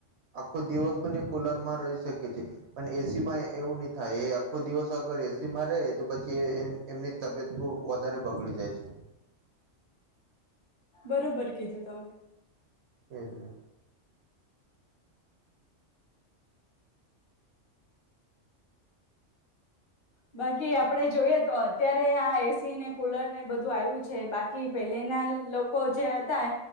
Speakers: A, on the right; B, on the left.
A: આખો દિવસ પણ એ કુલર માં રહી શકે. પણ એસીમાં એવું નહી થાય એ આખો દિવસ અગર એસી માં રહે તો પછી એ એમની તબિયત બહુ વધારે બગડી જાય છે.
B: બરોબર કીધું તમે
A: એજને.
B: બાકી આપડે જોઈએ તો.. અત્યારે આ એસી ને કુલર ને બધું આવ્યું છે બાકી પહેલેના લોકો જે હતા